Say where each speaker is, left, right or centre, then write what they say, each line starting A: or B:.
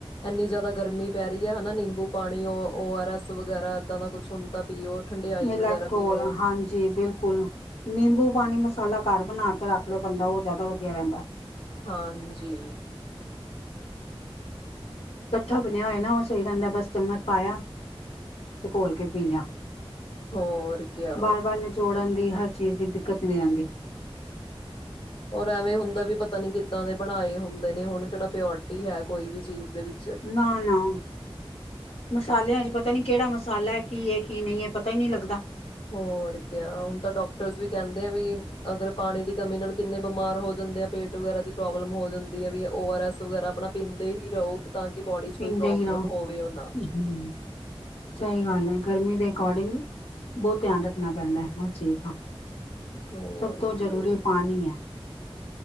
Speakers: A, on the left; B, on the left.
A: ਇੰਨੀ ਜ਼ਿਆਦਾ ਗਰਮੀ ਪੈ ਰਹੀ ਹੈ ਹੈਨਾ ਨਿੰਬੂ ਪਾਣੀ, ਓ-ਆਰ-ਐਸ ਵਗੈਰਾ ਇਦਾਂ ਦਾ ਕੁਝ ਹੁਣ ਤਾਂ ਪੀਓ ਠੰਡਿਆਈ
B: <unintelligible>
A: ਵਗੈਰਾ ਪੀਓ
B: ਹਾਂਜੀ ਬਿਲਕੁਲ ਨਿੰਬੂ ਪਾਣੀ ਵਾਲਾ ਘਰ ਬਣਾ ਕੇ ਰੱਖ ਲਏ ਬੰਦਾ ਉਹ ਜ਼ਿਆਦਾ ਵਧੀਆ ਰਹਿੰਦਾ।
A: ਹਾਂਜੀ
B: ਇਕੱਠਾ ਬਣਿਆ ਹੋਇਆ ਨਾ ਉਹ ਸਹੀ ਰਹਿੰਦਾ ਬਸ ਚਮਚ ਪਾਇਆ ਤੇ ਘੋਲ ਕੇ ਪੀ ਲਿਆ।
A: ਹੋਰ ਕਿਆ
B: ਬਾਰ ਬਾਰ ਨਿਚੋੜਨ ਦੀ ਹਰ ਚੀਜ਼ ਦੀ ਦਿੱਕਤ ਨਹੀਂ ਆਉਂਦੀ
A: ਔਰ ਐਵੇਂ ਹੁੰਦਾ ਵੀ ਪਤਾ ਨਹੀਂ ਕਿੱਦਾਂ ਦੇ ਬਣਾਏ ਹੁੰਦੇ ਨੇ ਹੁਣ ਕਿਹੜਾ ਪਿਓਰਟੀ ਹੈ ਕੋਈ ਵੀ ਚੀਜ਼ ਦੇ ਵਿੱਚ
B: ਨਾ ਨਾ ਮਸਾਲਿਆਂ ਪਤਾ ਨਹੀਂ ਕਿਹੜਾ ਮਸਾਲਾ ਕੀ ਹੈ ਕੀ ਨਹੀਂ ਏ ਪਤਾ ਹੀ ਨਹੀਂ ਲੱਗਦਾ।
A: ਹੋਰ ਕਿਆ ਹੁਣ ਤਾਂ ਡਾਕਟਰਸ ਵੀ ਕਹਿੰਦੇ ਆ ਵੀ ਅਗਰ ਪਾਣੀ ਦੀ ਕਮੀ ਨਾਲ ਕਿੰਨੇ ਬਿਮਾਰ ਹੋ ਜਾਂਦੇ ਆ ਪੇਟ ਵਗਰਾ ਦੀ ਪ੍ਰੋਬਲਮ ਹੋ ਜਾਂਦੀ ਆ ਵੀ ਓ ਆਰ ਐਸ ਵਗੈਰਾ ਆਪਣਾ ਪੀਂਦੇ ਹੀ ਰਹੋ। ਤਾਂ ਕਿ ਬਾਡੀ ਚ
B: ਪੀਂਦੇ
A: ਕੋਈ ਪ੍ਰੋਬਲਮ
B: ਹੀ ਰਹੋ
A: ਹੋਵੇ ਹੋ ਨਾ
B: ਹਮ ਸਹੀ ਗੱਲ ਹੈ ਗਰਮੀ ਦੇ ਅਕੋਰਡਿੰਗ ਬਹੁਤ ਧਿਆਨ ਰੱਖਣਾ ਪੈਂਦਾ ਹਰ ਚੀਜ਼ ਦਾ।
A: ਹੋਰ
B: ਸਭ ਤੋਂ
A: ਕੀ
B: ਜਰੂਰੀ ਪਾਣੀ ਹੈ।